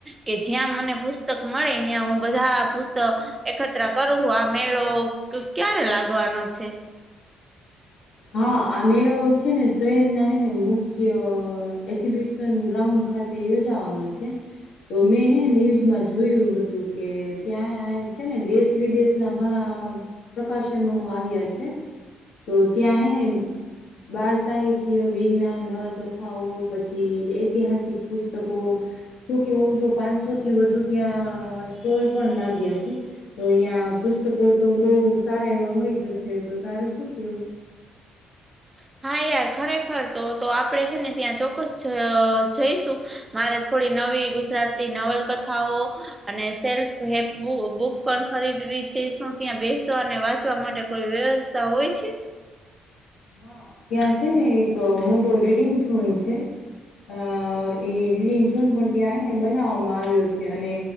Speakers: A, on the right; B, on the left.
A: કે જ્યાં મને પુસ્તક મળે અહિયાં હું બધા પુસ્તક એકત્ર કરું આ મેળો ક્યારે લાગ વાનો છે?
B: હા આ મેળો છે ને શહેર ના હેને મુખ્ય એક્ઝિબિશન ગ્રાઉન્ડ ખાતે યોજવાનો છે તો મેં હેને ન્યૂઝમાં જોયું હતું કે ત્યાં છે ને દેશ વિદેશ ના ઘણા પ્રકાશનો આવ્યા છે તો ત્યાં હેને બાળ સાહિત્ય વિજ્ઞાન નવલકથાઓ પછી ઐતિહાસિક પુસ્તકો જોકે ઓમ તો પાંચસો થી વધુ ત્યાં સ્ટોલ પણ લાગ્યા છે તો અયા આ પુસ્તકો તો બહુ સારા એવા મળી જશે તો તારું શું કેવું?
A: <unintelligible> હા યાર ખરેખર તો તો આપડે છેે ને ત્યાં ચોક્કસ જઈશું મારે થોડી નવી ગુજરાતી નવલકથાઓ અને સેલ્ફ હેલ્પ બુક પણ ખરીદવી છે, શું ત્યાં બેસવા અને વાંચવા માટે કોઈ વ્યવસ્થા હોય છે?
B: હા, ત્યાં છે ને એક મોટો રીડિંગ ઝોન છે. અ એંગ ઝોન પણ ત્યાં હ ને બનાવવામાં આવ્યો છે, અને